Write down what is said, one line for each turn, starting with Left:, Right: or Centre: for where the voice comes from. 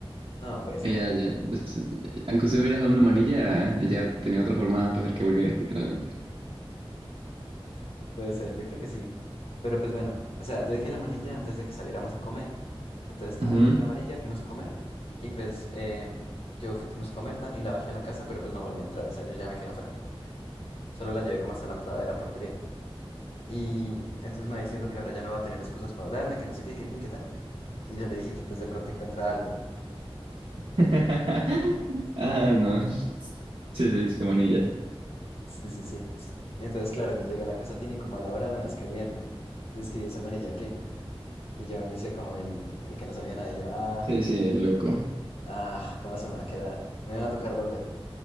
Left: No, puede ser.
Right: Ella, ya, es- aunque usted hubiera dejado una manilla, ella tenía otra forma para hacer que volviera, literalmente.
Left: Puede ser, yo creo que sí. Pero pues bueno, o sea, yo dejé la manilla antes de que saliéramos a comer. Entonces, tan,
Right: Ujú.
Left: dejé la manilla, fuimos a comer y pues em, yo fui- fuimos a comer, tan, y la bajé a la casa, pero pues no volví a entrar, o sea, yo ya me quedé afuera. Solo la llevé como hasta la entrada de la portería. Y entonces me va diciendo que ahora ya no va a tener excusas para hablarme, que no sé qué, qué tin, qué tan. Y yo le dije que pues de pronto encuentra algo.
Right: <laughs> Ah, no. Sí, sí, Chumonilla.
Left: Sí, sí, sí. Y entonces, claro, yo llegué a la casa, tin, y como a la hora me va escribiendo. Dice que "¿Y esa manilla qué? Y yo me hice como el, el que no sabía nada. Y yo, ah.
Right: Sí, sí, loco.
Left: Ah, ¿cómo se me va a quedar? Me va a tocar volver.